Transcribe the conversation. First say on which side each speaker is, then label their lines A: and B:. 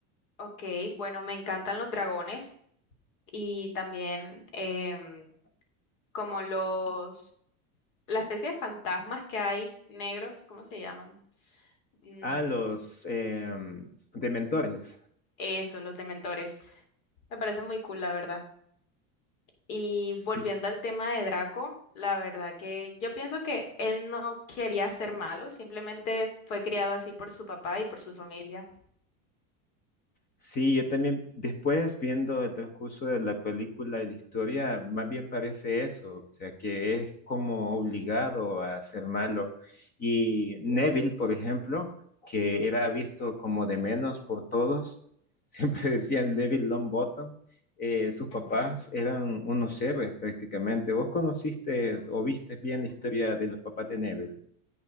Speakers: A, on the left; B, on the left.
A: Ok, bueno, me encantan los dragones y también em, como los, la especie de fantasmas que hay negros, ¿cómo se llaman? Mm,
B: A los eh, dementores.
A: eso, los dementores. Me parece muy cool, la verdad. Y
B: Sí,
A: volviendo al tema de Draco, la verdad que yo pienso que él no quería ser malo, simplemente fue criado así por su papá y por su familia.
B: Sí, yo también, después viendo el transcurso de la película y la historia, más bien parece eso, o sea, que es como obligado a ser malo. Y Neville, por ejemplo, que era visto como de menos por todos, <laughs> siempre decían Neville Longbottom, eh, sus papás
A: Ujú.
B: eran unos héroes prácticamente. ¿Vos conociste o viste bien la historia de los papás de Neville?